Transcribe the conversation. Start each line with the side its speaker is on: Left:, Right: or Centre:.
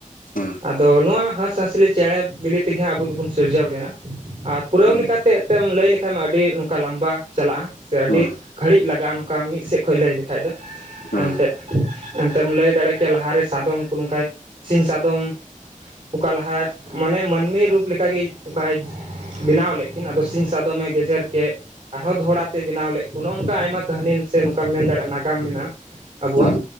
Left: ᱦᱩᱸ
Right: ᱟᱫᱚ ᱱᱚᱣᱟ ᱦᱟᱸᱥᱼᱦᱟᱸᱥᱞᱤ ᱪᱮᱬᱮ ᱵᱤᱞᱤ ᱛᱮᱜᱮᱟᱸ ᱟᱵᱚ ᱫᱚᱵᱚᱱ ᱥᱤᱨᱡᱟᱹᱣ ᱞᱮᱱᱟ ᱟᱨ ᱯᱩᱨᱟᱹᱣ
Left: ᱦᱩᱸ
Right: ᱞᱮᱠᱟᱛᱮ ᱾ ᱛᱮᱢ ᱞᱟᱹᱭ ᱞᱮᱠᱷᱟᱱ ᱢᱟ ᱟᱹᱰᱤ ᱱᱚᱝᱠᱟ ᱞᱟᱢᱵᱟ ᱪᱟᱞᱟᱜᱼᱟ ᱥᱮ ᱟᱹᱰᱤ
Left: ᱦᱩᱸ
Right: ᱜᱷᱟᱹᱲᱤᱡ ᱞᱟᱜᱟᱜᱼᱟ ᱱᱚᱝᱠᱟ ᱢᱤᱫ ᱥᱮᱫ ᱠᱷᱚᱡ ᱞᱟᱹᱭ ᱞᱮᱠᱷᱟ ᱫᱚ
Left: ᱦᱩᱸ
Right: ᱮᱱᱛᱮ ᱮᱱᱛᱮᱢ ᱞᱟᱹᱭ ᱫᱟᱲᱮᱭᱟᱜ ᱠᱮᱭᱟ ᱞᱟᱦᱟᱨᱮ ᱥᱟᱫᱚᱢ ᱠᱚ ᱱᱚᱝᱠᱟ ᱥᱤᱧ ᱥᱟᱫᱚᱢ ᱾ ᱚᱠᱟ ᱞᱟᱦᱟ ᱢᱟᱱᱮ ᱢᱟᱹᱱᱢᱤ ᱨᱩᱯ ᱞᱮᱠᱟᱜᱮ ᱚᱱᱠᱟᱭ ᱾ ᱵᱮᱱᱟᱣ ᱞᱮᱫ ᱠᱤᱱ ᱟᱫᱚ ᱥᱤᱧ ᱥᱟᱫᱚᱢᱮ ᱜᱮᱡᱮᱨ ᱠᱮᱫ ᱾ ᱟᱨᱦᱚᱸ ᱫᱚᱦᱲᱟ ᱛᱮ ᱵᱮᱱᱟᱣ ᱞᱮᱫ ᱠᱚ ᱱᱚᱜᱼᱚ ᱱᱚᱝᱠᱟ ᱟᱭᱢᱟ ᱠᱟᱹᱦᱱᱤ ᱥᱮ ᱱᱚᱝᱠᱟᱢ ᱢᱮᱱ ᱫᱟᱲᱮᱭᱟᱜᱼᱟ ᱱᱟᱜᱟᱢ ᱢᱮᱱᱟᱜᱼᱟ ᱾ ᱟᱵᱚᱣᱟᱜ
Left: ᱦᱩᱸ